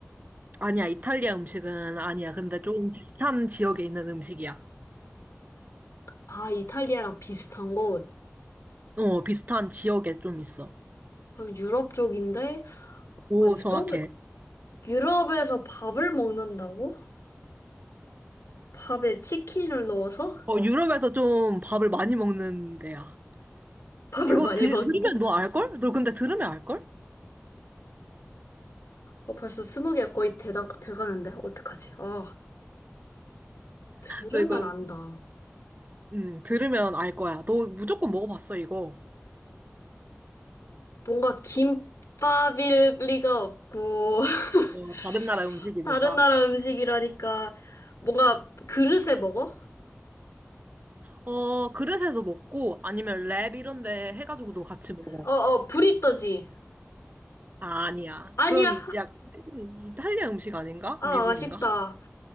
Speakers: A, on the right; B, on the left.
A: 아니야. 이탈리아 음식은 아니야. 근데 좀 비슷한 지역에 있는 음식이야.
B: 아 이탈리아랑 비슷한 거
A: 어, 비슷한 지역에 좀 있어.
B: 아, 유럽 쪽인데?
A: 오,
B: 아, 유럽에,
A: 정확해.
B: 유럽에서 밥을 먹는다고? 밥에 치킨을 넣어서 <laughs>
A: 어, 유럽에서 좀 밥을 많이 먹는 데야.
B: 밥을
A: 이거
B: 많이
A: 들,
B: 먹는데?
A: 들으면 너 알걸? 너 근데 들으면 알걸?
B: 어, 벌써 스무 개 거의 되다 돼가는데? 어떡하지? 아, 들으면
A: 너 이거,
B: 안다.
A: 음, 들으면 알 거야. 너 무조건 먹어봤어, 이거.
B: 뭔가 김밥일 리가 없고, <laughs>
A: 어, 다른 나라 음식이니까.
B: 다른 나라 음식이라니까, 뭔가 그릇에 먹어?
A: 어, 그릇에서 먹고, 아니면 랩 이런 데 해가지고도 같이 먹어.
B: 어어, 브리또지.
A: 아, 아니야.
B: 아니야.
A: 그건 이- 약, 이탈리아 음식 아닌가?
B: 아,
A: 미국인가?
B: 아쉽다.